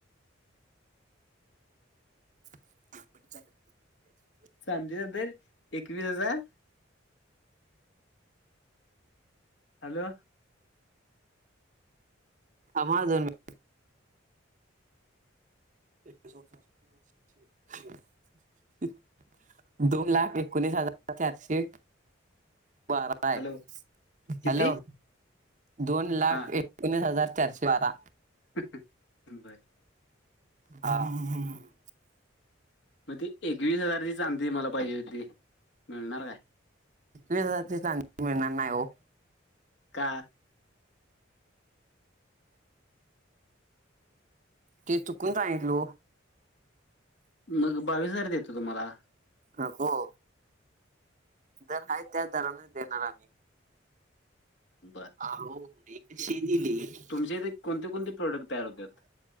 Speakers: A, on the right (about 40°); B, on the left (about 60°).
A: <unintelligible>
B: चांदीचा दर एकवीस हजार हॅलो
A: थांब हा दोन मीन <unintelligible> दोन लाख एकोणीस हजार चारशे बारा बाय
B: हॅलो किती
A: हॅलो दोन लाख
B: हा
A: एकोणीस हजार चारशे बारा
B: <unintelligible> बर
A: हा <unintelligible>
B: मग ती एकवीस हजारची चांदी मला पाहिजे होती. मिळणार काय
A: वीस हजारची चांदी मिळणार नाही ओ
B: का
A: ते चुकून सांगितलो
B: मग बावीस हजार देतो तुम्हाला
A: नको दर आहे त्या दरान देणार आम्ही
B: बर
A: <unintelligible>
B: तुमचे इथे कोणते कोणते प्रोडक्ट तयार होतात